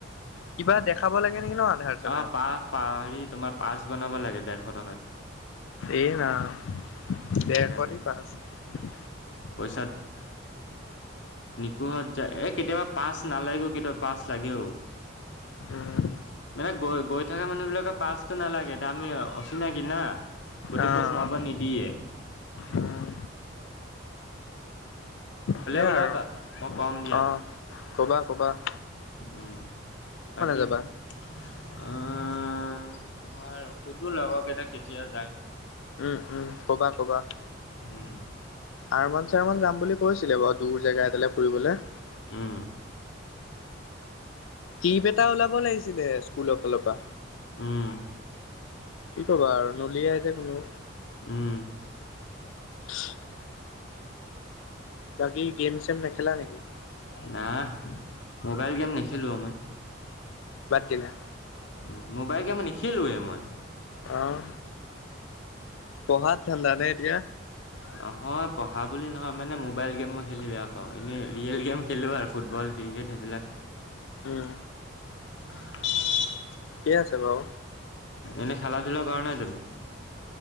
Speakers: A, on the left (about 80°); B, on the left (about 65°).
A: কিবা দেখাব লাগে? নেকি ন আধাৰ চাধাৰ?
B: অঁ, পা -পা- হেৰি তোমাৰ পাৰ্ছ বনাব লাগে ডেৰশ টকা দি।
A: এ ৰাম,
B: সেইকাৰণে
A: ডেৰশ দি পাৰ্ছ
B: পইচাত, নিকোহঁত যায় । এ কেতিয়াবা পাৰ্ছ নালাগেও, কেতিয়াবা পাৰ্ছ লাগেও ।
A: উম,
B: মানে, গৈ, গৈ থকা মানুহ বিলাক পাৰ্ছটো নালাগে দামি, অচিনাকি না । পটুক্‌কে
A: অ',
B: সোমাব নিদিয়ে ।
A: উম, সেয়া
B: ওলাবা
A: আৰু
B: মই কম দিয়া
A: অঁ, কবা কবা ।
B: উম, বাকি
A: যাবা?
B: অঁ তোমাৰ শুধু লগৰ কেইটাক কেতিয়া যায় ।
A: উম, উম ক'বা ক'বা ।
B: উম
A: ৰ্জামান -ৰ্চামান যাম বুলি কৈছিলে বাৰু, দূৰ জেগা এটালে ফুৰিবলে ।
B: উম
A: কিপ এটা ওলাব লাগিছিলে স্কুলৰ ফালৰ পৰা।
B: উম
A: কি কবা আৰু নলিয়াই যে কোনো
B: উম
A: <unintelligible> বাকী গেম চেম নেখেলা নেকি?
B: না মোবাইল গেম নেখেলো মই।
A: বাদ দিলা?
B: উ মোবাইল গেম নেখেলোৱেই মই
A: আহ পঢ়াত ধান্দা নে এতিয়া?
B: নহয় পঢ়া বুলি নহয় মানে মোবাইল গেম মই খেলি বেয়া পাওঁ ।এনেই ৰিয়েল গেম খেলোঁ আৰু ফুটবল ক্ৰিকেট সেইবিলাক
A: উম
B: <unintelligible>
A: কি আছে বাও
B: এনেই খেলা ধূলা কৰা নাই তুমি?